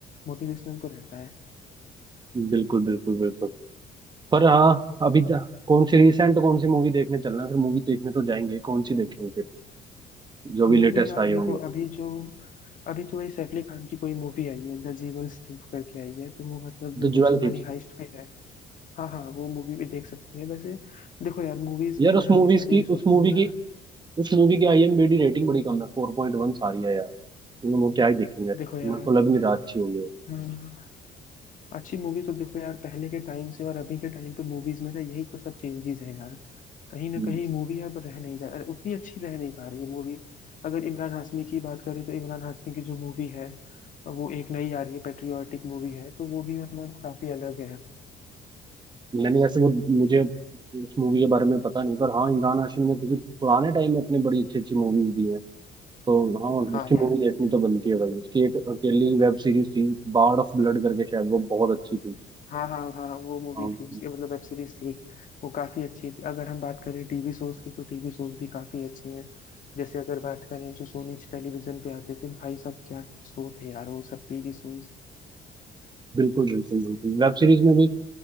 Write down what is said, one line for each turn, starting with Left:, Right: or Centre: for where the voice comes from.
Left: मोटिवेशनल तो रहता है
Right: बिल्कुल बिल्कुल बिल्कुल पर हाँ अभी त- कौन सी रिसेंट कौन सी मूवी देखने चलना है? फिर मूवी देखने तो जाएंगे कौन सी देखेंगे फिर जो भी
Left: मूवी
Right: लेटेस्ट
Left: यार
Right: आई
Left: देखो
Right: होंगी
Left: अभी जो अभी तो वही सैफ अली खान की कोई मूवी आई है द जीवल्स थीफ करके आई है तो वो मतलब
Right: The
Left: वो कुछ
Right: jewel thieves
Left: मनी हाइस्ट पे है हाँ हाँ वो मूवी भी देख सकते हैं वैसे देखो यार मूवीज
Right: यार
Left: में
Right: उस
Left: मैं हमेशा
Right: मूवीज
Left: से
Right: की
Left: ये सोचता
Right: उस मूवी
Left: हूँ
Right: की
Left: ना
Right: उस मूवी की आईएमबी रेटिंग बड़ी कम है फोर पॉइंट वन सारी है यार मतलब वो क्या ही देखेंगे मेरे
Left: देखो यार
Right: को लग नहीं रहा अच्छी होगी वो
Left: हाँ, अच्छी मूवी तो देखो यार पहले के टाइम से और अभी के टाइम पे मूवीज में ना यही तो सब चेंजेस है यार कहीं ना
Right: हम्म।
Left: कहीं मूवी अब रह नहीं जा उतनी अच्छी रह नहीं पा रही है मूवी अगर इमरान हाशमी की बात करें तो इमरान हाशमी की जो मूवी है वो एक नई आ रही है पेट्रियाटिक मूवी है तो वो भी मतलब काफी अलग है
Right: मैंने वैसे वो मुझे उस मूवी के बारे में पता नहीं पर हाँ इमरान हाशमी ने क्योंकि पुराने टाइम में अपनी बड़ी अच्छी अच्छी मूवीज दी हैं तो हाँ
Left: हाँ
Right: उसकी
Left: यार
Right: मूवी देखनी तो बनती है भाई उसकी एक अकेली वेब सीरीज थी बार्ड ऑफ ब्लड करके शायद वो बहुत अच्छी थी
Left: हाँ हाँ हाँ हाँ, वो मूवी
Right: हाँ
Left: थी उसके मतलब वेब सीरीज थी वो काफी अच्छी थी अगर हम बात करें टीवी शोज की तो टीवी शोज भी काफी अच्छे हैं जैसे अगर बात करें जो सोनी टेलीविजन पे आते थे भाई साहब क्या शो थे यार वो सब टीवी शोज
Right: बिल्कुल बिल्कुल बिल्कुल वेब सीरीज में भी